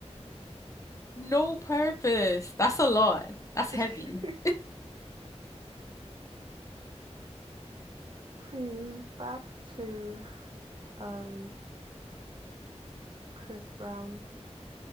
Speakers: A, on the left; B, on the right.
A: No purpose. That's a lot. That's heavy.
B: <laughs> Please, back to um Chris Brown.